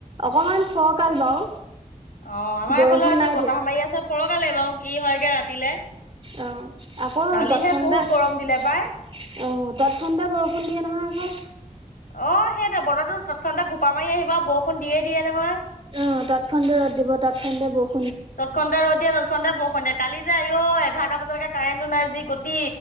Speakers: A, on the right; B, on the left.
A: অকমান ফৰকাল বাৰু।
B: অ' আমাৰ
A: বৰষুণ
B: এইফালে আজি
A: নাই
B: বতাহ
A: দিয়া
B: মাৰি আছে ফৰ'কালে বাৰু কি হয়গে ৰাতিলে।
A: অ', আকৌ
B: কালিহে
A: তৎক্ষনাতে
B: বহুত
A: অ'।
B: গৰম দিলে পাই
A: তৎক্ষনাতে বৰষুণ দিয়ে নহয় আকৌ।
B: অ' সেইটো বতৰো তৎক্ষনাতে ঘোপা মাৰি আহিব বৰষুণ দিয়ে দিয়ে নহয়।
A: অ', তৎক্ষনতে ৰ'দ দিব, তৎক্ষনতে বৰষুন।
B: তৎক্ষনতে ৰ'দ দিয়ে, তৎক্ষনতে। তৎক্ষনতে বৰষুন দিয়ে, কালি যে আইও এঘাৰটা বজালেকে কাৰেণ্টো নাই যি গতি,